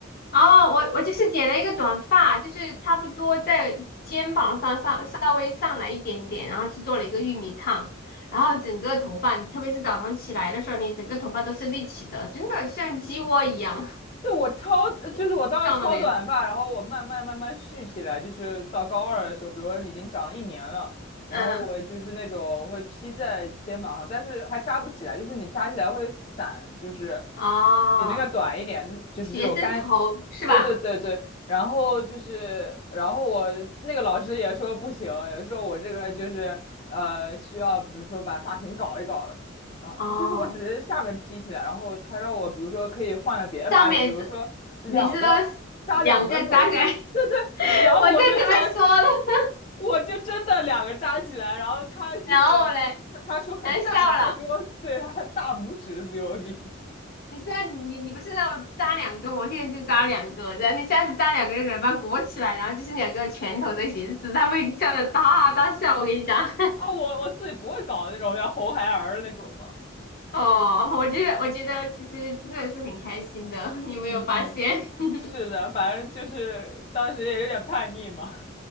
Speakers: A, on the left; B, on the left.
A: 哦，我我就是剪了一个短发，就是差不多在肩膀上上稍微上来一点点，然后去做了一个玉米烫，然后整个头发，特别是早上起来的时候，你整个头发都是立起的，真的像鸡窝一样，
B: 对，我超，就是我当时超短发，
A: <laughs> 你知道了没有？
B: 然后我慢慢慢慢蓄起来，就是到高二的时候，比如说已经长了一年了，然后我就是那种会披在肩膀上，
A: 嗯，
B: 但是还扎不起来，就是你扎起来会散，就是
A: 哦，
B: 比那个短一点，就是这种干，
A: 学生头是吧？
B: 对对对对，然后就是，然后我那个老师也说不行，也说我这个就是呃需要，比如说把发型搞一搞，啊，
A: 哦，
B: 就是我只是下面披起来，然后他让我比如说可以换个别的发型，
A: 上面这
B: 比如说两个扎两个头，
A: 你是说两个扎起来？<laughs> 我正准备说呢，
B: 对对，然后我就扎起我就真的两个扎起来，然后他就是他他说很赞，
A: 然后嘞，难笑了。
B: 他给我对他大拇指比我比
A: 你现在你你不是让我扎两个吗？我现在就扎两个，然后你下次扎两个的时候把它裹起来，然后就是两个拳头的形式，他会笑得大大笑。我跟你讲，
B: <laughs> 啊，我我自己不会搞那种像红孩儿的那种嘛，
A: <laughs> 哦，我觉得我觉得其实真的是很开心的，<laughs> 有没有发现？
B: 嗯嗯，
A: <laughs>
B: 是的，反正就是当时也有点叛逆嘛，